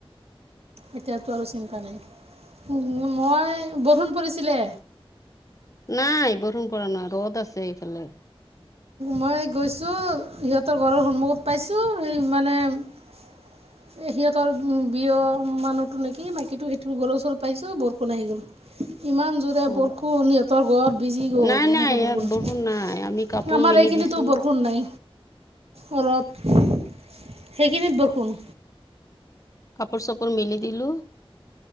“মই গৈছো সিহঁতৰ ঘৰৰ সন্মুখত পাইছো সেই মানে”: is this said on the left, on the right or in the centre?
Right